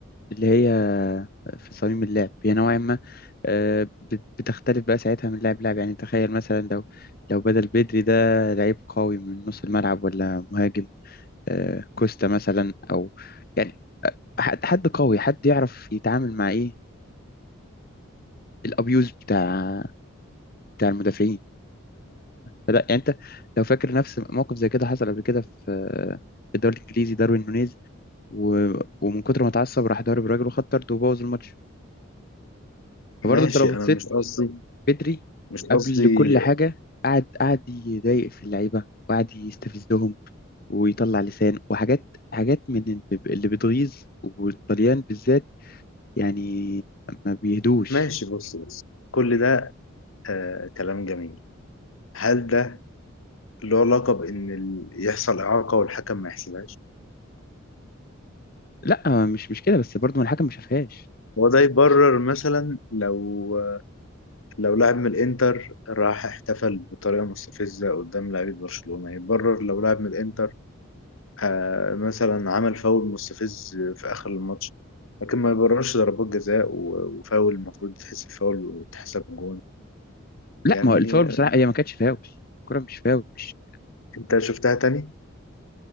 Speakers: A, on the left; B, on the left.
A: اللي هي آه، في صميم اللعب هي نوعا ما آه، بت- بتختلف بقى ساعتها من لاعب لاعب يعني تخيل مثلا لو لو بدل بدري ده لعيب قوي من نص الملعب ولا مهاجم آه، كوستا مثلا او يعني حد حد قوي حد يعرف يتعامل مع ايه الابيوز بتاع بتاع المدافعين فلا يعني انت لو فاكر نفس موقف زي كده حصل قبل كده في في الدوري الانجليزي داروين نونيز و... ومن كتر ما اتعصب راح ضارب راجل وخد طرد وبوظ الماتش فبرضه
B: ماشي
A: انت لو بصيت
B: أنا مش قصدي
A: بدري
B: مش قصدي
A: قبل كل حاجه قعد قعد يضايق في اللعيبه وقعد يستفزهم ويطلع لسان وحاجات حاجات من اللي اللي بتغيظ والطليان بالذات يعني ما بيهدوش
B: ماشي بص بص كل ده آه كلام جميل هل ده له علاقة بإن ال- يحصل إعاقة والحكم ما يحسبهاش؟
A: لا مش مش كده بس برضه ما الحكم ما شافهاش
B: هو ده يبرر مثلا لو لو لاعب من الانتر راح احتفل بطريقه مستفزه قدام لاعيبه برشلونه يبرر لو لاعب من الانتر آه، مثلا عمل فاول مستفز في اخر الماتش لكن ما يبررش ضربات جزاء و- وفاول المفروض تحسب فاول وتحسب جون
A: لا
B: يعني
A: ما هو الفاول
B: آه،
A: بصراحه هي ما كانتش فاول الكره مش فاول مش
B: انت شفتها تاني